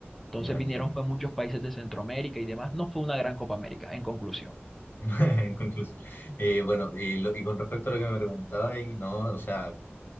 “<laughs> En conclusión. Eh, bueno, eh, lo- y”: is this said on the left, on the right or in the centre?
Left